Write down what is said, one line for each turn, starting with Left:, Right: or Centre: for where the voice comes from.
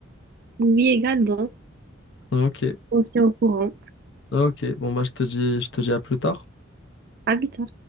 Right: Oui, également.
Left: Ok.
Right: On se tient au courant.
Left: Ok. Bon, bah je te dis, je te dis à plus tard.
Right: À plus tard.